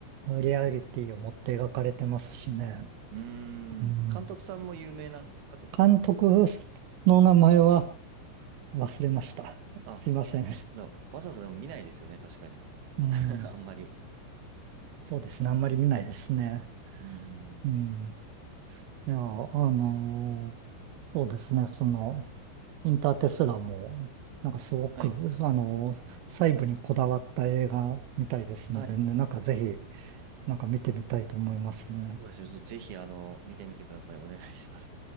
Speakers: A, on the right; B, on the right.
A: リアリティを持って描かれてますしね。
B: うーん、
A: うん。
B: 監督さんも有名な方とかなんですか
A: 監督の名前は忘れました。<laughs>
B: あ、
A: すいません。
B: でもわざわざでも見ないですよね、確かに。
A: うん。
B: <laughs> あんまり。
A: そうですね。あんまり見ないですね。
B: うんうんうんうん。
A: うん。いや、あのーそうですね。その、インターテスラも、なんかすごく、
B: はい。
A: あのー細部にこだわった映画みたいですのでね、
B: はい。いや、
A: なんかぜひ、なんか見てみたいと思いますね。
B: そうですよ。ぜひ、あの、見てみてください。お願いします。